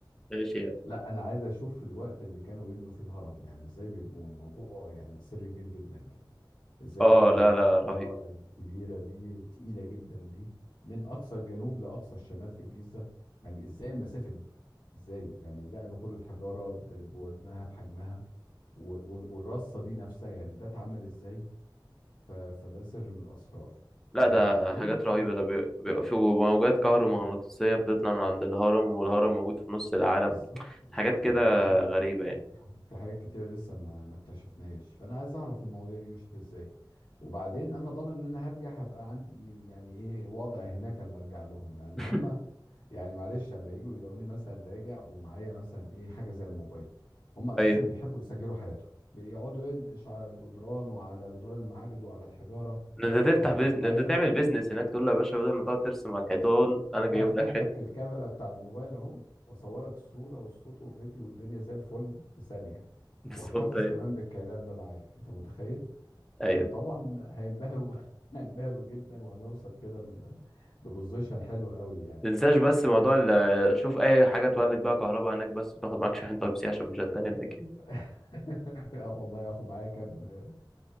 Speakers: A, in the centre; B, on the left.
A: ماشي يعني
B: لا أنا عايز أشوف الوقت اللي كانوا بيبنوا فيه الهرم يعني إزاي بيبنوا الموضوع يعني سر كبير جدا يعني ازاي
A: اه
B: قدروا
A: لا
B: يجيبوا
A: لا
B: الحجارة
A: رهيب
B: الكبيرة دي تقيلة جدا دي من أقصى الجنوب لأقصى الشمال في الجيزة يعني ازاي المسافة دي ازاي يعني نقلوا كل الحجارة ب- بوزنها بحجمها و- و- والرصة دي نفسها يعني ده اتعمل ازاي ف- فده سر من الأسرار
A: لا
B: وبعدين
A: ده حاجات رهيبة ده بي- بيبقى في موجات كهرومغناطيسية بتطلع من عند الهرم والهرم موجود في نص العالم
B: بالظبط بالظبط
A: حاجات كده
B: يعني في
A: غريبة يعني
B: في حاجات كتيرة لسه ما ما اكتشفناهاش فأنا عايز أعرف المواضيع دي مشيت إزاي وبعدين أنا ضامن إن أنا هرجع هبقى عندي يعني إيه وضع هناك أما أرجع لهم لأن
A: <laughs>
B: هم يعني معلش لما يجوا يلاقوني مثلا راجع ومعايا مثلا إيه حاجة زي الموبايل هم أساسا
A: ايوه
B: بيحبوا يسجلوا حياتهم بيقعدوا ينقش على الجدران وعلى جدران المعابد وعلى الحجارة
A: ده انت تفتح
B: تفاصيل
A: بيزنس
B: حياتهم
A: ده انت تعمل بيزنس هناك تقول له يا باشا بدل ما تقعد ترسم على الحيطان انا جايب
B: انا افتح
A: لك حته
B: لك الكاميرا بتاع الموبايل اهو واصورك الصوره والصوت وفيديو والدنيا زي الفل في ثانيه
A: <laughs> بالظبط
B: واحتفظ
A: ايوه
B: كمان بالكلام ده معايا انت متخيل
A: ايوه
B: فطبعا هينبهروا <laughs> هينبهروا جدا وهنوصل كده ل- لبوزيشن حلو قوي يعني
A: تنساش بس موضوع ال- آه، شوف اي حاجه تولد بقى كهرباء هناك بس وتاخد معاك شاحن تايب سي عشان مش هتلاقي هناك يعني.
B: <laughs> اه والله هاخد معايا كام اه